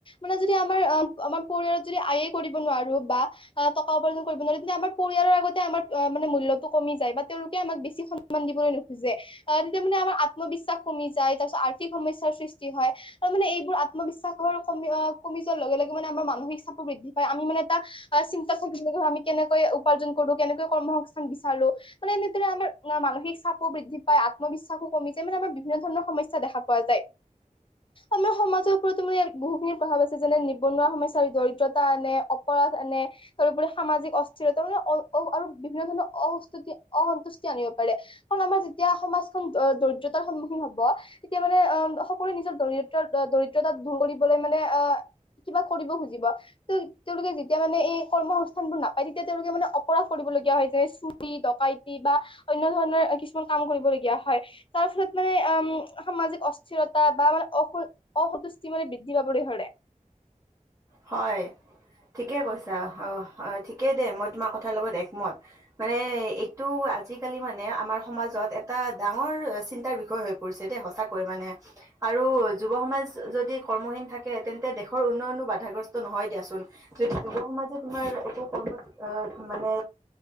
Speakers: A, on the left; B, on the right.
A: মানে যদি আমাৰ আমাৰ পৰিয়ালত যদি আয়ে কৰিব নোৱাৰো বা অ টকা উপাৰ্জন কৰিব নোৱাৰে তেতিয়া আমাৰ পৰিয়ালৰ আগতে আমাৰ মানে মুল্যটো কমি যায় বা তেওঁলোকে আমাক বেছি স ন্মান দিবলৈ নোখোজে। আহ তেতিয়া মানে আমাৰ আত্মবিশ্বাস কমি যায়, তাৰপিছত আৰ্থিক সমস্যাৰ সৃষ্টি হয়। তাৰ মানে এইবোৰ আত্মবিশ্বাসৰ কমি কমি যোৱাৰ লগে লগে মানে আমাৰ মানসিক চাপো বৃদ্ধি পায় আমি মানে চিন্তাত থাকিব লগা হয় আমি কেনেকৈ উপাৰ্জন কৰো, কেনেকৈ কৰ্মসস্থান বিচাৰো। মানে এনেদৰে আমাৰ না মানসিক চাপো বৃদ্ধি পায়, আত্মবিশ্বাসো কমি যায়, মানে আমাৰ বিভিন্ন ধ ৰনৰ সমস্যা দেখা পোৱা যায়। আমাৰ সমাজৰ ওপৰতো মানে বহুখিনি প্ৰভাৱ আছে যেনে নিবনুৱা সমস্যাৰ দৰিদ্ৰতা আনে, অপৰাধ আনে তাৰউপৰি সামাজিক অস্থিৰতা মানে অ আৰু বিভিন্ন ধৰণৰ অস্তুতি অসন্তুষ্টি আনিব পাৰে কাৰণ আমাৰ যেতিয়া সমাজখন দ দৰিদ্ৰতাৰ সন্মুখীন হ'ব। তেতিয়া মানে অ সকলোৱে নিজৰ দৰিদ্ৰ দৰিদ্ৰতাত দূৰ কৰিবলৈ মানে আহ কিবা কৰিব খুজিব। ত তেওঁলোকে যেতিয়া মানে এই কৰ্মসস্থান বোৰ নাপায় তেতিয়া তেওঁলোকে মানে অপৰাধ কৰিবলগীয়া হয় যাই চু ৰী, ডকাইতি বা অন্য ধৰণৰ কিছুমান কাম কৰিবলগীয়া হয় তাৰ ফলত মানে। আ সামাজিক অস্থিৰতা বা মানে অ অসন্তুষ্টি মানে বৃদ্ধি পাবলৈ ধৰে।
B: হয়। ঠিকে কৈছা অ অ ঠিকে দে, মই তোমাৰ কথাৰ লগত একমত। মানে এইটো আজিকালি মানে আমাৰ সমাজত এটা ডাঙৰ চিন্তাৰ বিষয় হৈ পৰিছে দেই সঁচাকৈ মানে আৰু যুৱ সমাজ যদি কৰ্মহীন থাকে তেন্তে দেশ ৰ উন্নয়নো বাধাগ্ৰস্ত নহয় দিয়াচোন। যদি যুৱ সমাজে তোমাৰ একো কৰ্মত আহ মানে